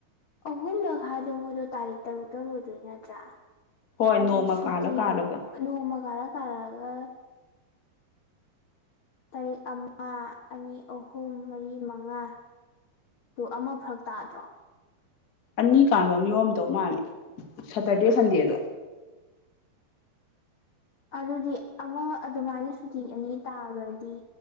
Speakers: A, on the left (about 70°); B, on the left (about 50°).
A: ꯑꯍꯨꯝꯂꯛ ꯍꯥꯏꯗꯣ ꯃꯣꯏꯗꯣ ꯇꯥꯔꯤꯛ ꯇꯔꯨꯛꯇ ꯂꯣꯏꯗꯣꯏ ꯅꯠꯇ꯭ꯔꯥ꯫
B: ꯍꯣꯏ
A: ꯑꯗꯨꯗꯤ
B: ꯅꯣꯡꯃ
A: ꯁꯨꯇꯤ
B: ꯀꯥꯜꯂ ꯀꯥꯜꯂꯒ
A: ꯅꯣꯡꯃ ꯀꯥꯔ ꯀꯥꯔꯛꯑꯒ꯫ ꯇꯔꯦꯛ ꯑꯃ ꯑꯅꯤ ꯑꯍꯨꯝ ꯃꯔꯤ ꯃꯉꯥ ꯇꯣ ꯑꯃ ꯐꯔꯛ ꯇꯥꯗ꯭ꯔꯣ꯫
B: ꯑꯅꯤ ꯀꯥꯟꯕ ꯃꯤꯌꯣꯝ ꯇꯧ ꯃꯥꯂꯦ ꯁꯇꯔꯗꯦ ꯁꯟꯗꯦꯗꯣ꯫
A: ꯑꯗꯨꯗꯤ ꯑꯃ ꯑꯗꯨꯃꯥꯏꯅ ꯁꯨꯇꯤꯑꯅꯤ ꯇꯥꯔꯗꯤ__